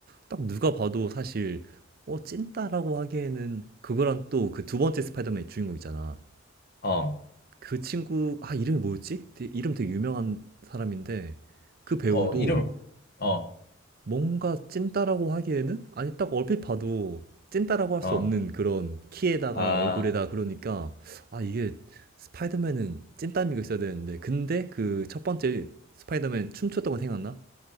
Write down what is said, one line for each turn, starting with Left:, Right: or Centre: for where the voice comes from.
Right: 딱 누가 봐도 사실 어 찐따라고 하기에는 그거랑 또 그 두 번째 스파이더맨 주인공 있잖아.
Left: 어,
Right: 그 친구 아 이름이 뭐였지? 되게- 이름 되게 유명한 사람인데 그 배우도
Left: 어 이름 어,
Right: 뭔가 찐따라고 하기에는 아니 딱 얼핏 봐도 찐따라고 할
Left: 어,
Right: 수 없는 그런 키에다가
Left: 아,
Right: 얼굴에다 그러니까 아 이게 스파이더맨은 찐따미가 있어야 되는데 근데 그 첫 번째 스파이더맨 춤췄던 거 생각나?